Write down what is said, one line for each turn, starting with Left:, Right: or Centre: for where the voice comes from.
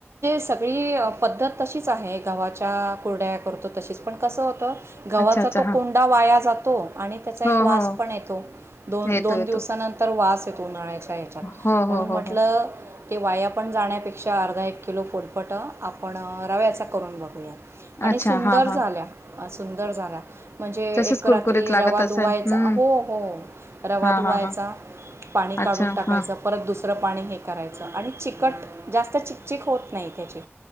Right: सगळीअ पद्धत तशीच आहे गावाच्या कुरडाया करतो तशीच पण कस होत गव्हाचा
Left: अच्छा अच्छा
Right: तो
Left: हा
Right: कोंडा वाया जातो तो आणि त्याचा एक
Left: हो
Right: वास
Left: हो
Right: पण येतो दोन
Left: येतो
Right: दोन
Left: येतो
Right: दिवसानंतर वास ते दोनाय <inaudible>
Left: हो
Right: म्हणून
Left: हो
Right: म्हटल
Left: हो हो
Right: ते वाया पण जाण्यापेक्षा अर्धा एक किलो पूरपट आपण रव्याचा करून बघूयात आणि
Left: अच्छा
Right: सुंदर
Left: हा
Right: झाल्या
Left: हा
Right: अ सुंदर झाला म्हणजे
Left: तसेच
Right: एक रात्री
Left: कुरकुरीत
Right: रवा
Left: लागत असेल
Right: धुवायचा
Left: हम्म
Right: हो हो रवा
Left: हा
Right: धुवायचा
Left: हा हा
Right: पाणी
Left: अच्छा
Right: काढून टाकायचं
Left: हा
Right: परत दुसरं पाणी हे करायचं आणि चिकट जास्त चिकट चीक होत नाही त्याची